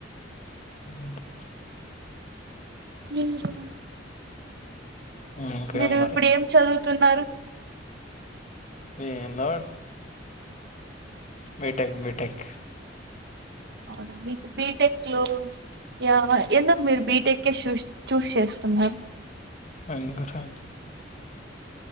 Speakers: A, on the left (about 40°); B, on the right (about 60°).
A: వున
B: ఏమ్ కావల్ల
A: ఇంకేం
B: మీరు
A: మరి
B: ఇప్పుడు ఏం చదువు తున్నారు
A: ఏమో మిఠంగ్ మీఠక్
B: అవునా మీకు బీటెక్ లో యా ఎందుకు మీరు బీటెక్ కే చూస్ చూస్ చేసుకున్నారు
A: మ్మ్